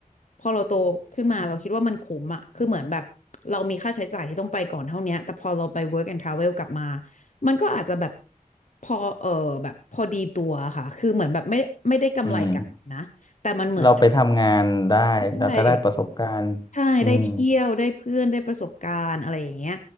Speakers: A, on the left (about 55°); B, on the left (about 30°).
A: พอเราโตขึ้นมาเราคิดว่ามันคุ้มอะคือเหมือนแบบเรามีค่าใช้จ่ายที่ต้องไปก่อนเท่าเนี้ยแต่พอเราไป work and travel กลับมามันก็อาจจะแบบพอเออแบบพอดีตัวค่ะคือเหมือนแบบไม่ไม่ได้กำไรกลับมานะแต่มันเหมือน
B: อืมเราไปทำงานได้แล้วก็ได้ประสบการณ์อืม
A: ได้ใช่ได้เที่ยวได้เพื่อนได้ประสบการณ์อะไรอย่างเงี้ย